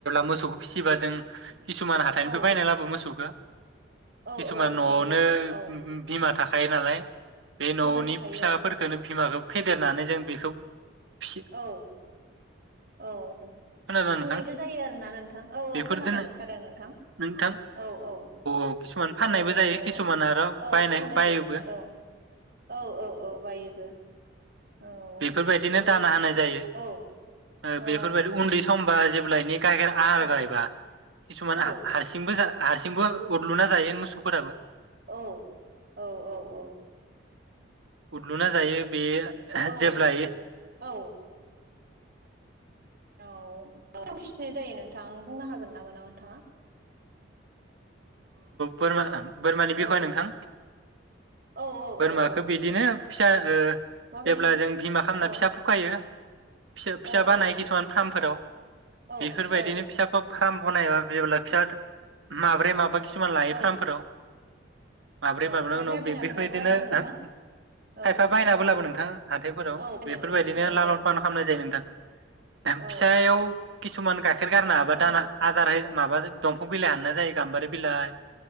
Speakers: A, on the right; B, on the right.
A: मोसौखौ फिसिबा जों किसुमान हाथाइनिफ्राय
B: औ
A: बायनाय लाबो मोसौखौ।
B: औ
A: किसुमान
B: औ हाथाइनिफ्राय
A: नआवनो
B: औ
A: बिमा थाखा थायो नालाय। बे न
B: बिमा
A: आवनि
B: थाखायो
A: फिसाफोरखौनो बिमाखौ फेदेरनानै जों बेखौ फि
B: औ औ
A: खोनादों
B: फाननायबो
A: नोंथां
B: जायो आरोना नोंथां औ औ
A: बेफोरजोंनो
B: खोनादों खोनादों नोंथां
A: नोंथां
B: औ औ
A: औ किसुमान फाननायबो
B: औ
A: जायो
B: औ
A: किसुमान आरो
B: औ
A: बायनाय
B: फानोबो
A: बायोबो
B: औ औ औ औ बायोबो औ
A: बेफोरबायदिनो
B: बेबायदिनो
A: दाना होनाय जायो
B: औ
A: ओ
B: औ
A: बेफोरबायदि उन्दै सम बा जेब्लायनि गायखेर
B: औ
A: <unintelligible> किसुमान
B: औ
A: हारसिंबो जा हारसिंबो उरलुना जायो मोसौफोराबो
B: औ औ औ औ
A: उदलुना जायो बे
B: औ
A: जेब्लाय
B: औ औ <unintelligible> जायो नों नोंथां बुंनो हागोन नामा नों थाङा
A: बोरमा बोरमानि बिखय
B: औ
A: नोंथां
B: औ औ
A: बोरमखौ
B: औ औ
A: बिदिनो फिसा ओ
B: माबायदि
A: जेब्ला जों बिमा खालामना
B: औ
A: फिसा फुखायो फिसा फिसा
B: औ
A: बानाय
B: औ
A: किसुमान फार्मफोराव
B: औ
A: बेफोरबायदिनो
B: औ
A: फिसा फ फार्म बनायबा जेब्ला फिसा माब्रै माबा खिसुमान लायो
B: औ
A: फार्मफोराव माब्रै
B: औ
A: माबा
B: खायफाया
A: उनाव
B: बायनाबो
A: बे बेफोरबायदिनो
B: लाबो आरोना नोंथां
A: खायफा
B: औ
A: बायनाबो
B: औ
A: लाबो नोंथाङा हाथायफोराव
B: औ बायनानैबो
A: बेफोरबायदिनो
B: औ
A: ललन
B: औ
A: फालन खालामनाय जायो नोंथां फिसायाव
B: औ
A: किसुमान गाइखेर गारना हाबा
B: औ औ
A: दाना आदारहै माबा दंफां बिलाइ हाननाय जायो गाम्बारि बिलाइ